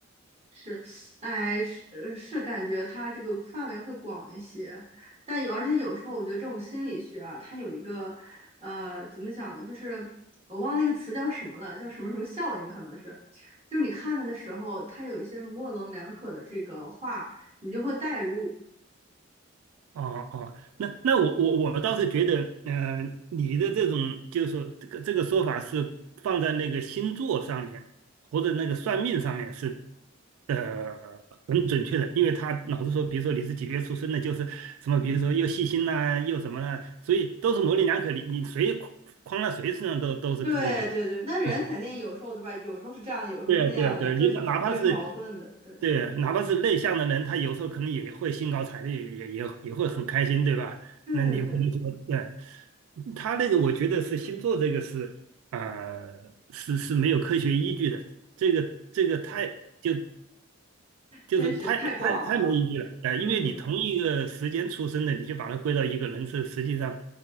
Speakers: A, on the right (about 30°); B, on the right (about 85°).
A: 是，哎，是呃是，感觉它这个范围会广一些，但有，而且有时候我觉得这种心理学啊，它有一个，呃，怎么讲呢？就是我忘了那个词叫什么了，叫什么什么效应，可能是，就是你看了的时候，它有一些模棱两可的这个话，你就会代入。
B: 哦哦，那那我我我倒是觉得，嗯、呃你的这种就是说这个这个说法是放在那个星座上面或者那个算命上面是，呃，很准确的，因为他老是说，比如说你是几月出生的，就是什么，比如说又细心呐、又什么啦、所以都是模棱两可，你你谁框在谁身上都都是可以的。
A: 对对对，那人肯定有时候对吧？
B: 啊
A: 有时候是这样的，有时候是那样的，
B: 对啊，对啊，对啊，
A: 对是对是矛盾的，
B: 你哪怕是
A: 对。
B: 对，哪怕是内向的人，他有时候可能也会兴高采烈，也也也会很开心，对吧？
A: 对对对，
B: 那你不能说，对，他那个，我觉得是星座这个是，呃，是是没有科学依据的，这个这个太就就是太太太没依据了，
A: 真是太广了。
B: 呃，
A: 嗯
B: 因为你同一个时间出生的，你就把它归到一个人，这实际上